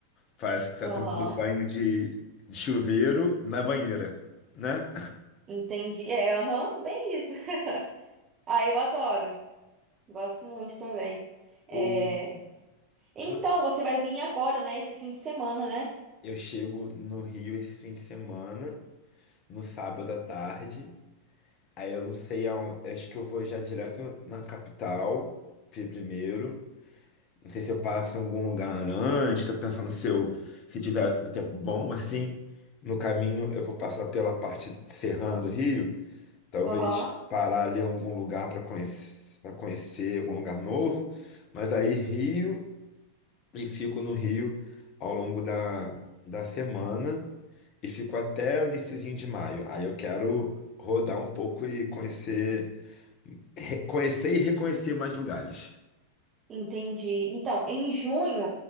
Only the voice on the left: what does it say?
parece que tá
tomando banho de, de chuveiro na banheira, né?
O,
vo-
eu chego no Rio esse fim de semana, no sábado à tarde. Aí eu não sei aonde. Acho que eu vou já direto na capital pri- primeiro. Não sei se eu passo em algum lugar antes, tô pensando se eu, se tiver o tempo bom, assim, no caminho eu vou passar pela parte serrana do Rio, talvez
parar ali em algum lugar para conhecer, para conhecer algum lugar novo, mas aí Rio e fico no Rio ao longo da, da semana e fico até o iniciozinho de maio. Aí eu quero rodar um pouco e conhecer, reconhecer e reconhecer mais lugares.